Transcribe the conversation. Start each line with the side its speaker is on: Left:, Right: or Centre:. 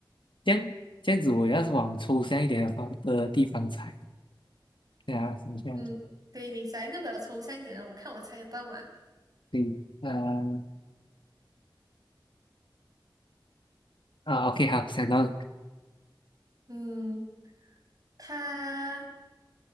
Left: 这样这样子，我要是往抽象一点的方的地方猜，对啊，想象
Right: 嗯，对，你想一个比较抽象一点的，我看我猜得到吗？
Left: 对，呃啊，OK，好，想到了，
Right: 嗯，它